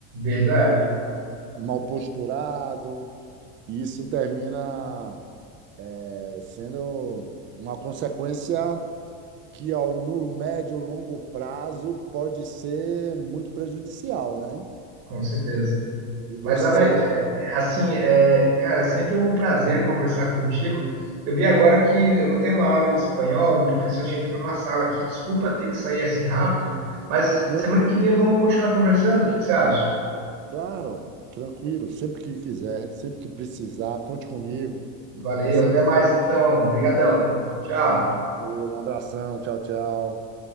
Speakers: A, on the right (about 60°); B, on the right (about 30°).
A: Verdade,
B: Mal posturado, e isso termina eh, sendo uma consequência que ao, no médio e longo prazo pode ser muito prejudicial, né?
A: com certeza.
B: E você,
A: Mas, Alex, é- é, assim, é, cara, sempre é um prazer conversar contigo. Eu vi agora que eu vou ter uma aula de espanhol, um professor já entrou na sala aqui. Desculpa ter que sair assim rápido, mas
B: não,
A: semana que vem vamos continuar conversando. O que que você acha?
B: claro, tranquilo, sempre que quiser, sempre que precisar, conte comigo.
A: Valeu,
B: É sempre.
A: até mais então. Obrigadão. Tchau.
B: Ah, um abração, tchau, tchau.